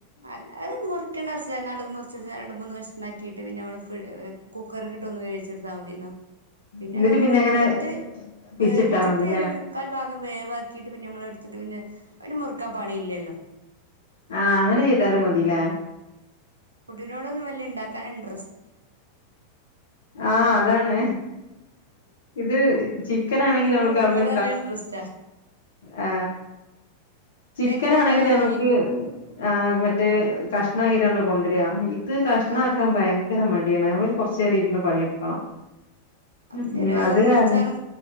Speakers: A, on the right; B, on the left.
A: അല്ല അത് മുറിക്കേണ്ട അവസ്ഥ നാ മുറിച്ച രണ്ട മൂന്ന് വം ണ്ടാ ക്കിയിട്ട് പിന്നെ നമ്മൾ കുക്കറിലിട്ടൊന്ന് വേവിച്ചു എടുത്താൽ മതിയല്ലോ പിന്നെ
B: എന്നിട്ട്
A: നമ്മൾ വെന്തിട്ട്
B: ഇങ്ങനെ പിച്ചിട്ടാ
A: വേവിച്ചിട്ട്
B: മതില്ലേ
A: മുക്കാൽ ഭാഗം വേവാക്കിട്ട് പിന്നെ നമ്മ എടു ട്ട് പിന്നെ പിന്നെ മുറുക്കാൻ പണി ഇല്ലല്ലോ
B: ആ അങ്ങനെ ചെയ്താലും മതിലേ
A: ഫുഡിനോടൊന്നും വല്ിയ ഉണ്ടാക്കാനുണ്ട്
B: ആഅതാണ് ഇത് ചിക്കൻാണെങ്കിൽ
A: എനിക്ക്
B: നമ്മൾന്ന്
A: ഫുഡിനോട് നല്ല ഇൻട്രസ്റ്റാ
B: ആ
A: ഇതെങ്ങനെ
B: ചിക്കൻ ആണെങ്കിൽ
A: ഉണ്ടായാലും
B: നമക്ക്
A: ഞാൻ
B: ആ മറ്റേ കഷ <unintelligible> കൊണ്ടരിക ഇത് കഷ്ണാക്കാൻ
A: അതാണ്
B: ഭയങ്കര മ <unintelligible> കുറച്ചേരം ഇരുന്ന് പണിയെടുക്കണം
A: അപ്പ
B: ഉം
A: ചെലഹ്
B: അത്
A: മുറിച്ചാ
B: കാരണം
A: വ്